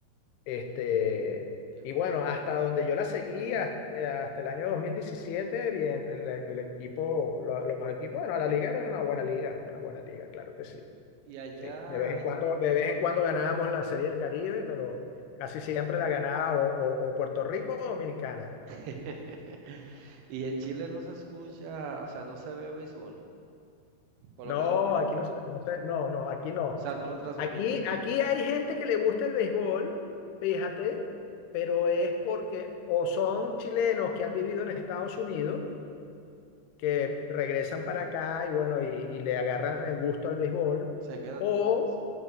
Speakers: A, on the left; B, on the right.
A: Este,
B: Que
A: y
B: compiten
A: bueno, hasta
B: también.
A: donde yo la seguí, hasta, eh, hasta el año 2017 bien, el, el equipo, lo- los equipos, bueno, la liga era una buena liga, una buena liga, claro que sí.
B: Y allá,
A: Sí, de vez en
B: en-
A: cuando, de vez en cuando ganábamos la Serie del Caribe, pero casi siempre la ganaba o, o- o Puerto Rico o Dominicana.
B: <laughs> y en Chile no se escucha, o sea, no se ve béisbol. Por
A: No,
B: lo menos, o
A: aquí no se- no se- no, no, aquí no.
B: sea, no lo transmiten.
A: Aquí, aquí hay gente que le gusta el béisbol, fíjate, pero es porque o son chilenos que han vivido en Estados Unidos que regresan para acá y bueno, y, y le agarran el gusto al béisbol,
B: Se quedan
A: o
B: con eso.